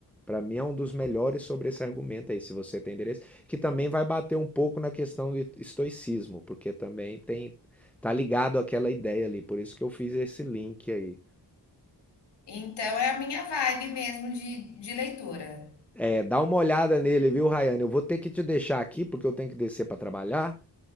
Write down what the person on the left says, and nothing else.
Então é a minha vibe mesmo de de leitura,